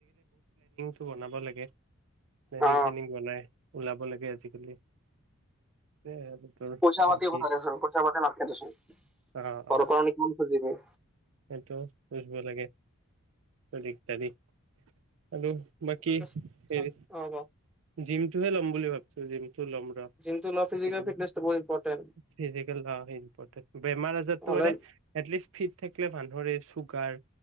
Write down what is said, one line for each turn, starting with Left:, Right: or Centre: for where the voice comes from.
Right: টো বনাব লাগে। প্লেনিং
Centre: অ
Right: চেনিং বনাই ওলাব লাগে আজিকালি, এ আৰু। তোৰ
Centre: পইচা-পাতি
Right: বাকী
Centre: এইবোৰ খৰচ হ'ল। পইচা-পাতি নাথকে দেচোন,
Right: অ অ
Centre: ঘৰ পা আনি কিমান খুজিবি।
Right: সেইটো বুজিব লাগে, ত্যাদি ইত্যাদি, আৰু বাকী
Centre: <unintelligible>
Right: হেৰি
Centre: অ গ।
Right: জিমটোহে ল'ম বুলি ভাবছো, জিম। টো লম ৰহ,
Centre: জিমটো লোৱা ফিজিকেল
Right: কাতি দিম
Centre: ফিটনেচটো বহুত ইম্পৰ্টেণ্ট
Right: ফিজিকেল গা অ হে ইম্প্ৰৰ্টেন্ট। বেমাৰ আজাৰটো
Centre: নহ'লে
Right: মানে, এটলিস্ত ফিট থাকে মানুহৰ এই চু গাৰ